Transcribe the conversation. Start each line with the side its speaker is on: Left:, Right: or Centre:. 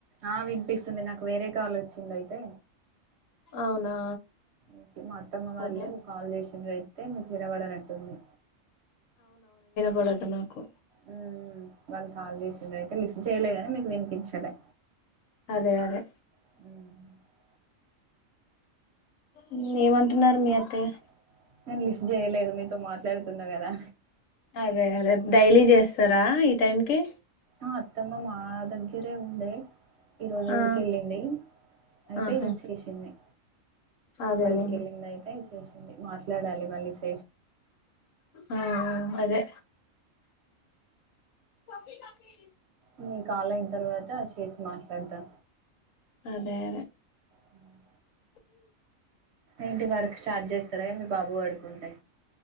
Right: ఆ వినిపిస్తుంది నాకు వేరే కాల్ వచ్చింది అయితే
Left: అవునా
Right: ఒకే మా అత్తమ్మ వాళ్ళు
Left: అదే
Right: కాల్ చేస్ దీని మీద ఎత్తే మీ పిలగాడని ఎత్తింది.
Left: వడద్నాకు
Right: హ్మ్ హు వాళ్ళు కాల్ చేసిర్రు అయితే లిఫ్ట్ చేయలేగానీ మీకు వినిపించలే
Left: అదే అదే
Right: హ్మ్
Left: ఇంగ ఏమంటున్నారు
Right: ఇంకే
Left: మీ అత్తయ్య
Right: నేను లిఫ్ట్ చేయలేదు మీతో మాట్లాడుతున్నా కదా
Left: అదే అదే డైలీ చేస్తరా ఈ టైంకి
Right: ఆ అత్తమ్మ మా దగ్గరే ఉండే ఈరోజు
Left: ఆ
Right: ఊరికెళ్ళింది అయితే
Left: ఆహా
Right: చేసింది
Left: అదేలేండి
Right: బయట్కి వెళ్ళింద అయితే చేసింది మాట్లాడాలి మళ్ళేసి
Left: ఆ ఆ అదే తొక్కి తొక్కి
Right: మీ కాల్ అయిన తర్వాత చేసి మాట్లాడతా.
Left: అదే అదే
Right: హుమ్ ఏంటి వర్క్ స్టార్ట్ చేస్తారా ఏంది బాబు పడుకుంటే.